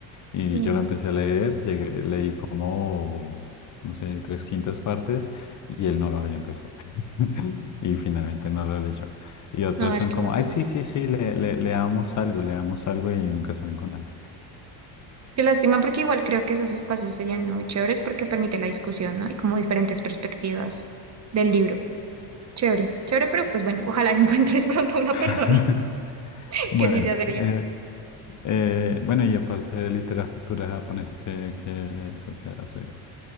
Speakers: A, on the left; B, on the right.
A: y
B: Sí.
A: yo la empecé a leer, llegué- leí como, no sé, tres quintas partes y él no lo había empezado <laughs> y finalmente no lo leyó. Y otros
B: No, es
A: son
B: que
A: como,
B: lástima.
A: ay, sí, sí, sí, le, le- leamos algo, leamos algo y nunca salen con nada.
B: Qué lástima porque igual creo que esos espacios serían muy chéveres porque permite la discusión, ¿no? Y como diferentes perspectivas del libro. Chévere, chévere, pero pues bueno, ojalá encuentres <laughs> pronto a una
A: <laughs>
B: persona <laughs>
A: Bueno,
B: que sí sea seria.
A: eh, eh, bueno, y aparte de literatura japonesa, ¿qué, qué lees o qué has leído?